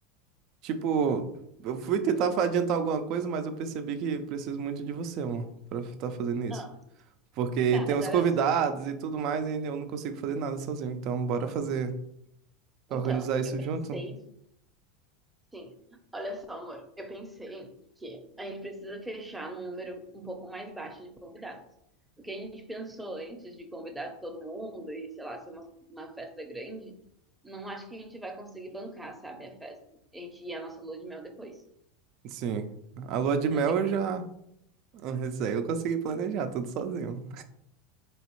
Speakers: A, on the right; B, in the centre.
A: tipo, eu fui tentar fa- adiantar alguma coisa, mas eu percebi que preciso muito de você, mano, pra estar fazendo isso.
B: Não,
A: Porque
B: tá,
A: tem
B: mas
A: os
B: olha
A: convidados
B: só.
A: e tudo mais, e eu não consigo fazer nada sozinho. Então, bora fazer, organizar
B: Então,
A: isso
B: eu pensei,
A: junto?
B: sim. Olha só, amor. Eu pensei que a gente precisa fechar num número um pouco mais baixo de convidados. O que a gente pensou antes de convidar todo mundo e, sei lá, ser uma, uma festa grande, não acho que a gente vai conseguir bancar, sabe, a festa. A gente ia a nossa lua de mel depois.
A: Sim. A lua de mel
B: Não tem
A: eu já. Isso aí eu consegui planejar tudo sozinho.